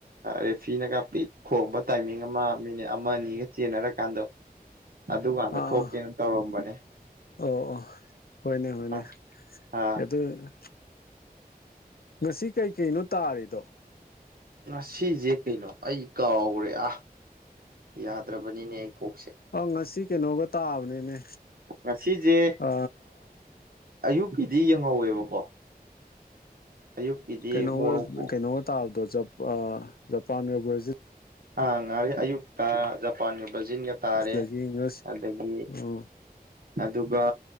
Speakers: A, on the right (about 65°); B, on the left (about 70°).
A: ꯔꯦꯐꯤꯅꯒ ꯄꯤꯛ ꯈꯣꯡꯕ ꯇꯥꯏꯃꯤꯡ ꯑꯃ ꯃꯤꯅꯤꯠ ꯑꯃ ꯑꯅꯤꯒ ꯆꯦꯟꯅꯔꯀꯥꯟꯗꯣ ꯑꯗꯨꯀꯥꯟꯗ
B: ꯑꯥ ꯑꯥ
A: ꯊꯣꯛꯀꯦꯅ ꯇꯧꯔꯝꯕꯅꯦ
B: ꯑꯣ ꯑꯣ ꯍꯣꯏꯅꯦ ꯍꯣꯏꯅꯦ
A: ꯑ ꯑꯥ
B: ꯑꯗꯨ ꯑꯗꯨ ꯉꯁꯤ ꯀꯩꯀꯩꯅꯣ ꯇꯥꯔꯤꯗꯣ
A: ꯉꯁꯤꯁꯦ ꯀꯩꯅꯣ ꯑꯩ ꯀꯥꯎꯔꯦ ꯑꯥ ꯌꯥꯗ꯭ꯔꯕꯅꯤꯅꯦ ꯀꯣꯛꯁꯦ
B: ꯑ ꯉꯁꯤ ꯀꯩꯅꯣꯒ ꯇꯥꯕꯅꯤꯅꯦ
A: ꯉꯁꯤꯖꯦ
B: ꯑ
A: ꯑꯌꯨꯛꯀꯤꯗꯤ ꯌꯦꯡꯍꯧꯋꯦꯕꯀꯣ ꯑꯌꯨꯛꯀꯤꯗꯤ
B: ꯀꯩꯅꯣꯒ-
A: ꯃꯣꯔꯣꯛꯀꯣ
B: ꯀꯩꯅꯣꯒ ꯇꯥꯕꯗꯣ ꯖꯞ ꯑꯥ ꯖꯄꯥꯟꯒ ꯕ꯭ꯔꯖꯤꯜ
A: ꯑ ꯉꯔ ꯑꯌꯨꯛꯇ ꯖꯄꯥꯟ ꯕꯖꯤꯟꯒ ꯇꯥꯔꯦ
B: ꯑꯗꯒꯤ ꯏꯪꯂꯤꯁ
A: ꯑꯗꯒꯤ
B: ꯎꯝ
A: ꯑꯗꯨꯒ